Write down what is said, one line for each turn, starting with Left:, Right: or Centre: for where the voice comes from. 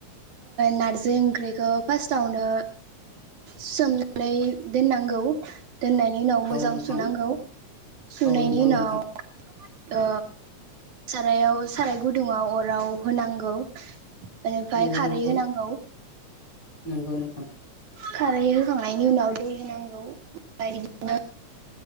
Right: नारजि ओंख्रिखौ फार्स्टावनो सोमनानै दोननांगौ दोननायनि उनाव
Left: औ
Right: मोजां
Left: नोंथां
Right: सुनांगौ सुनायनि
Left: औ नंगौ
Right: उनाव
Left: नोंथां
Right: ओ सारायाव साराय गुदुङाव अराव होनांगौ बेनिफ्राय
Left: नंगौ
Right: खारै
Left: नोंथां
Right: होनांगौ
Left: नंगौ नोंथां
Right: खारै होखांनायनि उनाव दै होनांगौ ओमफ्राय बिदिनो